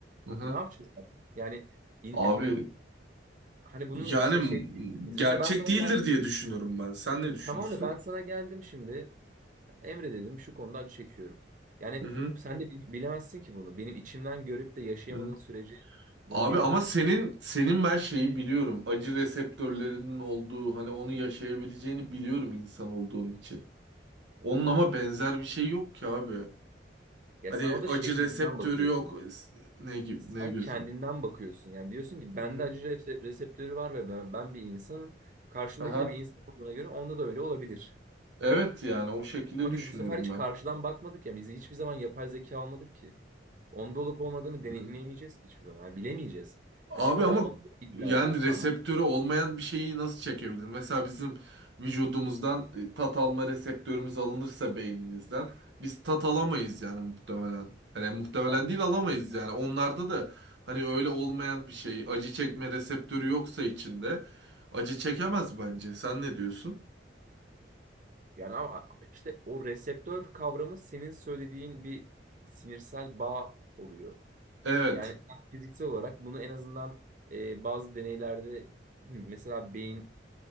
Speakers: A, on the right; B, on the right.
A: Hı hı.
B: Ne yapacağız abi? Yani in-
A: Abi
B: yani şimdi hani bunu
A: yani
B: mesela şey diyebiliriz.
A: gerçek
B: mesela ben sana
A: değildir
B: geldim.
A: diye düşünüyorum ben. Sen ne düşünürsün?
B: E, tamam da ben sana geldim şimdi Emre dedim şu konuda acı çekiyorum. Yani
A: Hı hı.
B: sen de bi- bilemezsin ki bunu. Benim içimden görüp de yaşayamadığın
A: hı.
B: sürece bunu
A: Abi
B: bilemezsin.
A: ama senin senin ben şeyi biliyorum. Acı reseptörlerinin olduğu hani onu yaşayabileceğini biliyorum insan olduğun için. Onun ama benzer bir şey yok ki abi.
B: Ya
A: Hani
B: sen orada
A: acı
B: şey gözünden
A: reseptörü
B: bakıyorsun.
A: yok. Ne gibi
B: sen
A: ne gözünde.
B: kendinden bakıyorsun. Yani diyorsun ki
A: Hı
B: bende
A: hı.
B: acı resep- reseptörü var ve ben, ben bir insanım. Karşımdaki
A: Aha.
B: de bir insan olduğuna göre onda da öyle olabilir.
A: Evet yani o şekilde
B: Ama
A: düşünüyorum
B: biz bu sefer hiç karşıdan bakmadık ya. Biz hiçbir zaman yapay zeka almadık ki. Onda olup olmadığını
A: ben.
B: deneyimleyemeyeceğiz ki hiçbir zaman. Yani bilemeyeceğiz.
A: Abi
B: Ya şimdi olmadığını
A: ama
B: iddia
A: yani
B: ediyoruz
A: reseptörü
B: ama
A: olmayan bir şeyi nasıl çekebilir? Mesela bizim vücudumuzdan e, tat alma reseptörümüz alınırsa beynimizden biz tat alamayız yani muhtemelen. Yani muhtemelen
B: ya-
A: değil alamayız yani. Onlarda da hani öyle olmayan bir şey acı çekme reseptörü yoksa içinde acı çekemez bence. Sen ne diyorsun?
B: yani ama işte o reseptör kavramı senin söylediğin bir sinirsel bağ oluyor.
A: Evet.
B: Yani sen fiziksel olarak bunu en azından e, bazı deneylerde Hı, Mesela beyin